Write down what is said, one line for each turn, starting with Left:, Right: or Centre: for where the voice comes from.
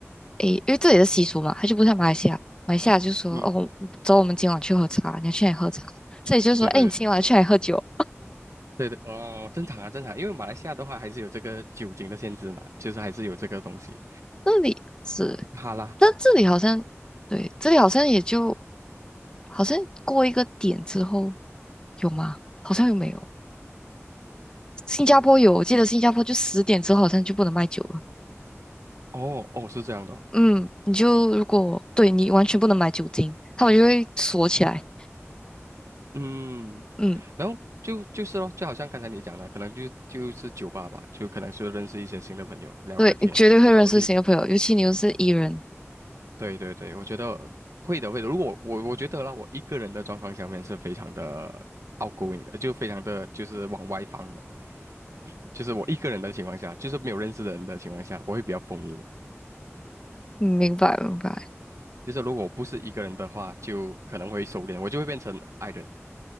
Left: 诶，因为这里的习俗嘛，它就不像马来西亚，马来西亚就说哦，
Right: 嗯，嗯
Left: 走，我们今晚去喝茶，你要去哪里喝茶？这里就说，
Right: 对对对。
Left: 哎，你今晚去哪里喝酒？
Right: 对对，哦，正常啊，正常啊，因为马来西亚的话还是有这个酒精的限制嘛，就是还是有这个东西。
Left: 这里是，
Right: 好啦，
Left: 但这里好像对，这里好像也就。好像过一个点之后有吗？好像又没有。新加坡有，我记得新加坡就十点之后好像就不能卖酒了。
Right: 哦哦，是这样的哦
Left: 嗯，你就如果对你完全不能买酒精，他们就会锁起来。
Right: 嗯，
Left: 嗯，
Right: 然后就就是咯，就好像刚才你讲的，可能就就是酒吧吧，就可能是认识一些新的朋友，聊个天，
Left: 对，你绝对会认识新的朋友，
Right: 然后另，
Left: 尤其你又是 E 人。
Right: 对对对，我觉得会的会的。如果我我觉得啦，我一个人的状况下面是非常的 outgoing 的，就非常的就是往外放的，<clears throat> 就是我一个人的情况下，就是没有认识的人的情况下，我会比较疯一点。
Left: 嗯明白明白。
Right: 就是如果不是一个人的话，就可能会收敛，我就会变成 I 人。